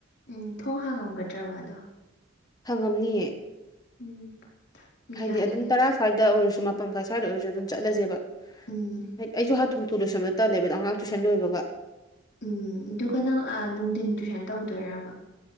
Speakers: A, on the left; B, on the left.
A: ꯎꯝ ꯊꯣꯡ ꯍꯥꯡꯉꯝꯒꯗ꯭ꯔꯕ ꯑꯗꯣ
B: ꯍꯪꯉꯝꯅꯤꯌꯦ
A: ꯎꯝ ꯌꯥꯏꯌꯦ
B: ꯍꯥꯏꯗꯤ ꯑꯗꯨꯝ ꯇꯔꯥ ꯁ꯭ꯋꯥꯏꯗ ꯑꯣꯏꯔꯁꯨ ꯃꯄ ꯀꯥꯏ ꯁ꯭ꯏꯗ ꯑꯣꯏꯔꯁꯨ ꯑꯗꯨꯝ ꯆꯠꯂꯁꯦꯕ
A: ꯎꯝ
B: ꯍꯥꯏꯗꯤ ꯑꯩꯁꯨ ꯊꯨ ꯊꯨ ꯂꯣꯏꯁꯟꯕ ꯇꯜꯂꯦꯕ ꯑꯉꯥꯡ ꯇꯨꯏꯁꯟ ꯂꯣꯏꯕꯒ
A: ꯎꯝ ꯑꯗꯨꯒ ꯅꯪ ꯅꯨꯡꯊꯤꯟ ꯇꯨꯏꯁꯟ ꯇꯧꯗꯣꯏꯔꯕ